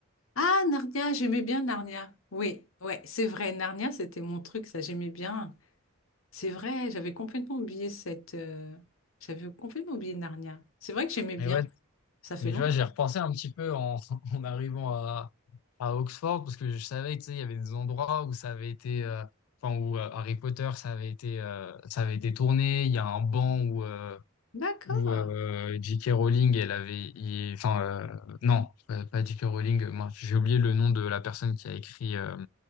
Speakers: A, on the left; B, on the left.
A: Ah, Narnia, j'aimais bien Narnia. Oui, ouais, c'est vrai. Narnia, c'était mon truc, ça, j'aimais bien. C'est vrai, j'avais complètement oublié cette. euh, J'avais complètement oublié Narnia. C'est vrai que j'aimais bien.
B: Mais ouais,
A: Ça fait
B: mais
A: longtemps.
B: tu vois, j'ai repensé un petit peu en, <laughs> en arrivant à, à Oxford, parce que je savais, tu sais, il y avait des endroits où ça avait été, euh, enfin, où euh, Harry Potter, ça avait été, euh, ça avait été tourné. Il y a un banc où, euh,
A: D'accord.
B: où euh, J.K. Rowling, elle avait, il- enfin euh, non, euh, pas J.K. Rowling, euh, moi j'ai oublié le nom de la personne qui a écrit euh,